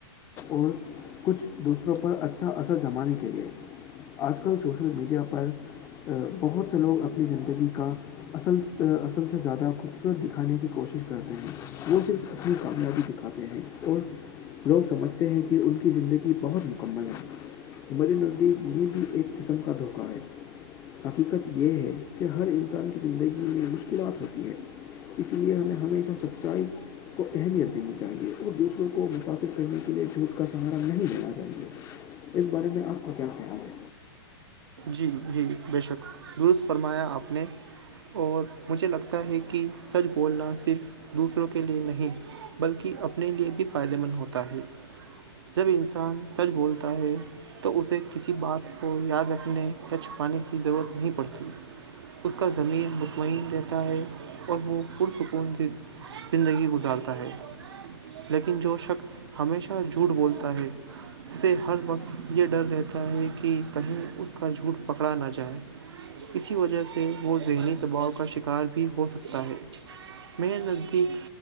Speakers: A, on the left; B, on the right.
A: اور کچھ دوسروں پر اچھا اثر جمانے کے لیے آج کل سوشل میڈیا پر بہت سے لوگ اپنی زندگی کا اصل اصل سے زیادہ خوبصورت دکھانے کی کوشش کرتے ہیں وہ صرف اپنی کامیابی کھاتے ہیں اور لوگ سمجھتے ہیں کہ ان کی زندگی بہت مکمل ہے مری ندی یہ بھی ایک قسم کا دھوکہ ہے حقیقت یہ ہے کہ ہر انسان کی زندگی میں مشکلات ہوتی ہے اس لیے ہمیں ہمیشہ سچائی کو اہمیت دینییے چاہیے اور دوسروں کو متثر کرنے کے لیے جھوٹ کا سہارا نہیں لینا چاہیے اس بارے میں آپ کو کیا کہیں گے
B: جی جی بے شک درست فرمایا آپ نے اور مجھے لگتا ہے کہ سچ بولنا صرف دوسروں کے لیے نہیں بلکہ اپنے لیے بھی فائدہ مند ہوتا ہے جب انسان سچ بولتا ہے تو اسے کسی بات کو یاد رکھنے یا چھپانے کی ضرورت نہیں پڑتی اس کا زمین مطمئن رہتا ہے اور وہ پرسکون سے زندگی گزارتا ہے لیکن جو شخص ہمیشہ جھوٹ بولتا ہے اسے ہر وقت یہ ڈر رہتا ہے کہ کہیں اس کا جھوٹ پکڑا نہ جائے اسی وجہ سے وہ ذہنی دباؤ کا شکار بھی ہو سکتا ہے میرے نزدیک